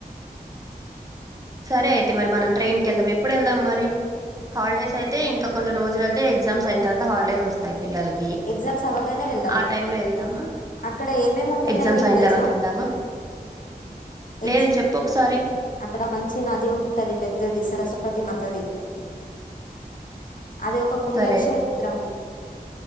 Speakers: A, on the right (about 20°); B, on the left (about 60°).
A: సరే అయితే మరి మనం ట్రైన్కళ్దాం ఎప్పుడు ఎళ్దాం మరి హాలిడేస్ అయితే ఇంకా కొన్ని రోజులు అయితే ఎగ్జామ్స్ అయిన తర్వాత హాలిడేస్ ఒస్తాయి పిల్లలకి
B: ఎగ్జామ్స్ అవ్వగానే వెళ్దాం.
A: ఆ టైంలో ఎళ్దామా
B: అక్కడ ఏమేమి ఉంటాయి
A: ఎగ్జామ్స్
B: నీకు
A: అయిన
B: తెలుసా?
A: తర్వాత ఎళ్దామా
B: ఎగ్జ్
A: లేదు చెప్పు ఒకసారి
B: అక్కడ మంచి నది ఉంటది పెద్దది సరస్వతి మాతాది అది ఒక పుణ్యక్షేత్రం
A: సరే